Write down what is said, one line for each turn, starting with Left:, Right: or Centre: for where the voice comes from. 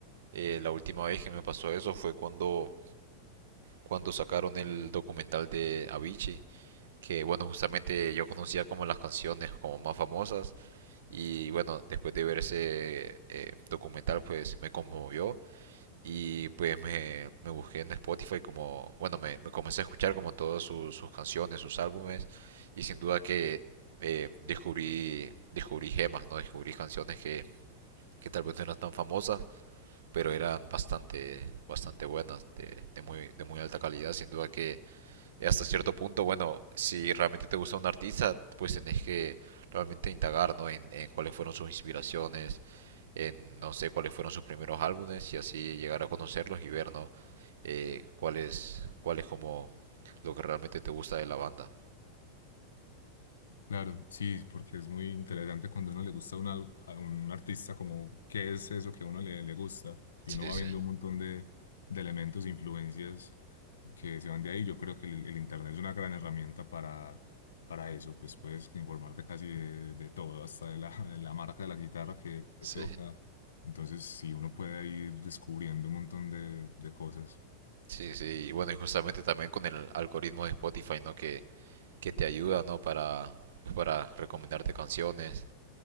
Right: eh, la última vez que me pasó eso fue cuando cuando sacaron el documental de Avicii que bueno, justamente yo conocía como las canciones como más famosas y bueno, después de ver ese eh, documental pues me conmovió y pues me, me busqué en Spotify como, bueno, me, me comencé a escuchar como todas sus, sus canciones, sus álbumes y sin duda que eh, descubrí, descubrí gemas, ¿no? Descubrí canciones que, que tal vez no eran tan famosas, pero eran bastante, bastante buenas, de, de muy, de muy alta calidad, sin duda que y hasta cierto punto, bueno, si realmente te gusta un artista, pues tenés que realmente indagar, ¿no? En, en cuáles fueron sus inspiraciones, en no sé cuáles fueron sus primeros álbumes y así llegar a conocerlos y ver, ¿no? Eh, cuál es, cuál es como lo que realmente te gusta de la banda.
Left: Claro, sí, porque es muy interesante cuando a uno le gusta una- a un artista, como qué es eso que a uno le, le gusta, y
Right: Sí,
Left: uno va
Right: sí,
Left: viendo un montón de, de elementos, influencias que se van de ahí. Yo creo que el, el Internet es una gran herramienta para, para eso, pues puedes informarte casi de, de todo, hasta de la, de la marca de la guitarra que, que
Right: sí,
Left: toca. Entonces, sí, uno puede ir descubriendo un montón de, de cosas.
Right: sí, sí. Y bueno, y justamente también con el algoritmo de Spotify, ¿no? Que, que te ayuda, ¿no? Para, pues, para recomendarte canciones